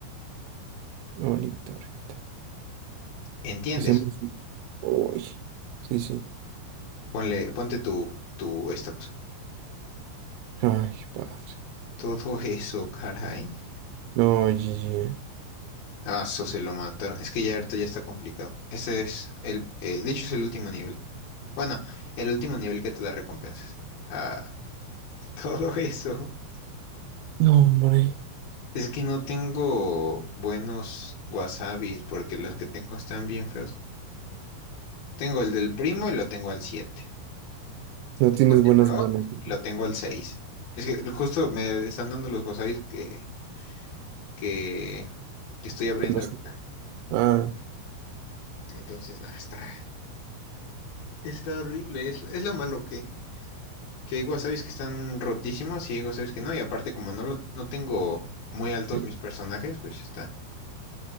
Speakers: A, on the right (about 85°); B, on the left (about 65°).
A: Bonito ahorita.
B: ¿Entiendes?
A: Hacemos. Uy. Sí, sí.
B: Ponle, ponte tu, tu, esta cosa.
A: Ay, padre.
B: Todo eso, caray.
A: No, GG.
B: Ah, eso se lo mataron. Es que ya ahorita ya está complicado. Ese es el, eh, de hecho es el último nivel. Bueno, el último nivel que te da recompensas. Ah, <laughs> todo eso.
A: No, hombre.
B: Es que no tengo buenos wasabis porque los que tengo están bien feos. Tengo el del primo y lo tengo al 7.
A: No
B: Tengo
A: tienes
B: el de
A: buenas
B: Brock
A: manos. Que
B: y lo tengo al 6. Es que justo me están dando los wasabis que, que, que estoy abriendo
A: no sé.
B: ahorita.
A: Ah.
B: Entonces, nada, está, está horrible. Es, es lo malo que, que hay wasabis que están rotísimos y hay wasabis que no. Y aparte, como no, lo, no tengo muy altos
A: sí.
B: mis personajes, pues está.